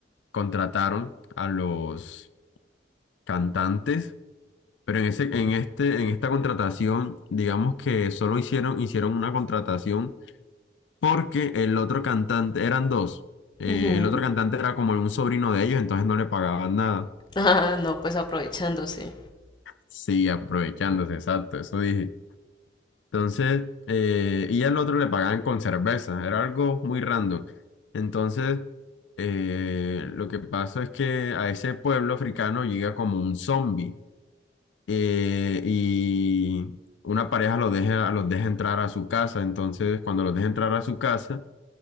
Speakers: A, on the left; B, on the left.
A: contrataron a los cantantes, pero en ese, en este, en esta contratación, digamos que solo hicieron, hicieron una contratación porque el otro cantante, eran dos, eh,
B: Ujú.
A: el otro
B: <laughs>
A: cantante era como un sobrino de ellos, entonces no le pagaban nada.
B: Ah, no, pues aprovechándose.
A: Sí, aprovechándose, exacto, eso dije. Entonces, eh, y al otro le pagaban con cerveza, era algo muy random. Entonces, eh, lo que pasa es que a ese pueblo africano llega como un zombie eh, y una pareja los deja, los deja entrar a su casa. Entonces, cuando los deja entrar a su casa,